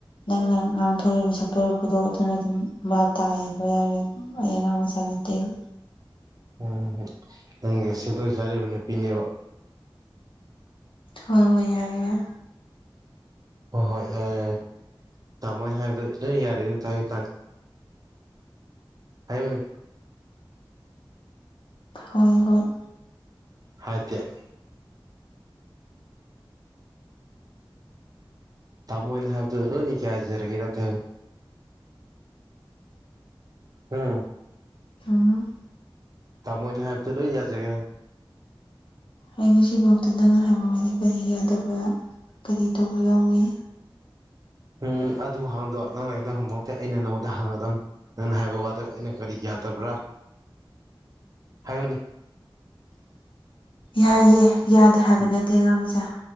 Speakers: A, on the left; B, on the right.
A: ꯅꯪꯅ ꯉꯥꯡꯊꯣꯔꯕ ꯁꯛꯇꯣꯔꯛꯄꯗꯣ ꯑꯗꯨꯅ ꯑꯗꯨꯝ ꯚꯥꯞ ꯇꯥꯕ ꯌꯥꯔꯦ ꯑꯩ ꯑꯉꯥꯡ ꯃꯆꯥ ꯅꯇ‌ꯦꯕ
B: ꯎꯝ ꯅꯪꯗꯤ ꯁꯦꯟꯗꯣꯏ ꯁꯥꯔꯤꯕ ꯅꯨꯄꯤꯅꯦꯕ
A: ꯍꯣꯏ ꯍꯣꯏ ꯌꯥꯏ ꯌꯥ
B: ꯍꯣꯏ ꯍꯣꯏ ꯑꯦ ꯇꯥꯃꯣꯅ ꯍꯥꯏꯕꯗꯣꯪ ꯑꯩ ꯌꯥꯔ‌ꯦ ꯑꯝꯇ ꯍꯥꯏꯌꯨ ꯇꯥꯒ‌ꯦ ꯍꯥꯏꯌꯨꯅꯦ
A: ꯍꯣꯏ ꯍꯣꯏ
B: ꯍꯥꯏꯗ‌ꯦ ꯇꯥꯃꯣꯏꯅ ꯍꯥꯏꯕꯗ ꯂ‌ꯣꯏ ꯌꯥꯖꯔꯒ‌ꯦ ꯑꯝꯇ ꯍꯥꯏꯎ ꯎꯝ
A: ꯍꯨꯝ
B: ꯇꯥꯃꯣꯏꯅꯍꯥꯏꯇ ꯂ‌ꯣꯏ ꯌꯥꯁꯦꯒꯦ ꯍꯥꯏ
A: ꯑꯩ ꯉꯁꯤꯐꯥꯎꯗ ꯅꯪꯅ ꯍꯥꯏꯕꯗ ꯀꯔꯤ ꯌꯥꯗꯕ ꯀꯔꯤ ꯇꯧꯕ ꯌꯥꯎꯏ
B: ꯎꯝ ꯑꯗꯨ ꯍꯥꯡꯗꯣ ꯅꯪ ꯅꯉꯣꯟꯗ ꯍꯪꯕꯃꯛꯇꯦ ꯑꯩꯅ ꯅꯉꯣꯟꯗ ꯍꯥꯡꯒꯗꯝꯕꯅꯤ ꯅꯪꯅ ꯍꯥꯏꯕ ꯋꯥꯗ ꯑꯩꯅ ꯀꯔꯤ ꯌꯥꯗ ꯌꯥꯠꯇꯕ꯭ꯔꯥ ꯍꯥꯏꯌꯨꯅꯦ
A: ꯌꯥꯏꯌꯦ ꯌꯥꯗꯦ ꯍꯥꯏꯕ ꯅꯠꯇꯦꯉꯥꯃꯤꯁꯦ